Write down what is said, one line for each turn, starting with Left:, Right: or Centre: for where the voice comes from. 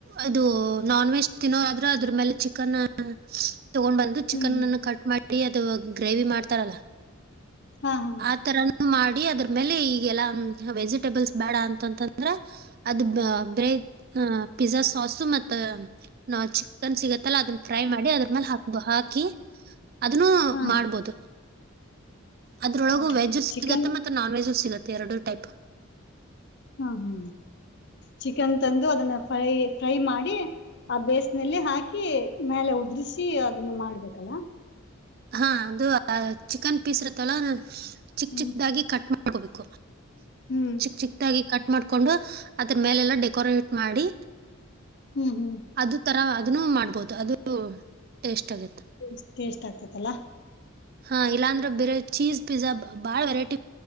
Right: ಅದು ನಾನ್ ವೆಜ್ ತಿನ್ನೋ ಆದ್ರೆ ಅದ್ರ ಮೇಲೆ ಚಿಕನ್ ತಗೊಂಡ್ ಬಂದು ಚಿಕನ್ನ್ಕಟ್
Left: ಹ್ಮ್
Right: ಮಾಡಿ ನಡಿ ಅದು ಗ್ರೇವಿ ಮಾಡ್ತಾರಲ್ಲ
Left: ಹಾ ಹಾ
Right: ಆ ತರಾನು ಮಾಡಿ ಅದ್ರ ಮೇಲೆ ಈಗೆಲ್ಲಾ ವೆಜಿಟೇಬಲ್ಸ್ ಬೇಡ ಅಂತಂತಂದ್ರ ಅದು ಬ್ರೇ <inaudible> ಪಿಜಜಾ ಸಾಸು ಮತ್ತೆ ಚಿಕನ್ ಸಿಗತ್ತಲ್ಲ ಅದನ್ನ ಫ್ರೈ ಮಾಡಿ ಅದ್ರ ಮೇಲೆ ಹಾಕ್ ಹಾಕಿ ಅದನ್ನು
Left: ಹಾ
Right: ಮಾಡ್ಬೋದು ಅದ್ರೊಳಗ
Left: ಹಾ
Right: ವೆಜ್ ಸಿಗತ್ತ
Left: ಚಿಕನ್
Right: ಮತ್ತೆ ನಾನ್ ವೆಜಸಿಗುತ್ತ ಎರಡು ಟೈಪ್
Left: ಹಾ ಹಾ ಚಿಕನ್ ತಂದು ಅದನ್ನ ಫ್ರೈ ಫ್ರೈ ಮಾಡಿ ಆ ಬೇಸ್ನಲ್ಲಿ ಹಾಕಿ ಹಾಕಿ ಮೇಲೆ ಉದ್ರಿಸಿ ಅ ಅದನ್ನೇ ಮಾಡ್ಬೇಕಲ್ಲ
Right: ಹಾ ಅದು ಚಿಕನ್ ಪೀಸ್ ಇರತ್ತಲ್ಲ ಚಿಕ್
Left: ಹ್ಮ್
Right: ಚಿಕ್ದಾಗಿ ಕಟ್ ಮಾಡ ಹಕೋಬೇಕು
Left: ಹ್ಮ್
Right: ಚಿಕ್ ಚಿಕ್ಕದಾಗಿ ಕಟ್ ಮಾಡ್ಕೊಂಡು ಅದ್ರ ಮೇಲೆಲ್ಲ ಡೆಕೋರೇಟ್ ಮಾಡಿ
Left: ಹ್ಮ್ ಹ್ಮ್
Right: ಅದು ತರ ಅದ ಮಾಡಬಹುದು ಅದು ಟೇಸ್ಟ್ ಆಗ
Left: ಷ್ಟ ಎೇಷ್ಟ ಆಗ್ತತಲ್ಲ
Right: ಹಾ ಇಲ್ಲಾ ಅಂದ್ರೆ ಬೇರೆ ಚೀಸ್ ಪಿಜಾ ಬ ಬಾಳ ವೆರೈಟಿ